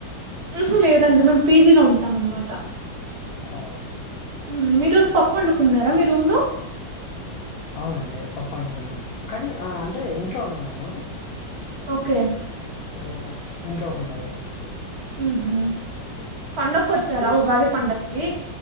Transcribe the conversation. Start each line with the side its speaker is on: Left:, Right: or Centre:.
Right: ఊహు లేదండి మేము పీజీలో ఉంటాం అన్నమాట
Left: ఆ
Right: మ్ మీ రోజు పప్పు వండుకున్నారా మీ రూమ్ లో
Left: అవునండి పప్ప అండుకున్నాం కానీ ఆ అంటే ఇంట్లో ఉన్నా నేను
Right: ఒకే
Left: సో ఇంట్లో వండారు
Right: ఉహు పండక్కొచ్చారా
Left: స్పోర్ట్స్
Right: ఉగాది పండక్కి